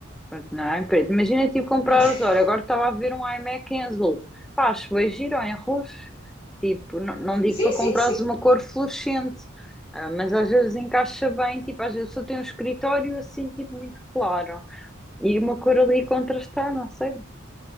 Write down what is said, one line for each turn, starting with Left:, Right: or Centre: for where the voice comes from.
Centre: não é em preto, imagina tipo comprares,
Left: <laughs>
Centre: olha, agora estava a ver um iMac em azul, pá, acho bem giro ou em roxo, tipo, não, não digo
Left: Sim,
Centre: para
Left: sim,
Centre: comprares
Left: sim.
Centre: uma cor fluorescente, ah, mas às vezes encaixa bem, tipo, às vezes só tem um escritório assim, tipo, muito claro, e uma cor ali contrastar, não sei.